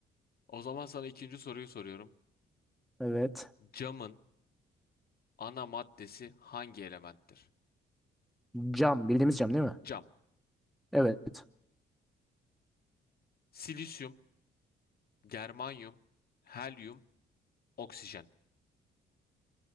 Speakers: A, on the left; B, in the centre.
A: O zaman sana ikinci soruyu soruyorum.
B: Evet.
A: Camın ana maddesi hangi elementtir?
B: Cam bildiğimiz cam değil mi?
A: Cam.
B: Evet.
A: Silisyum, germanyum, helyum, oksijen.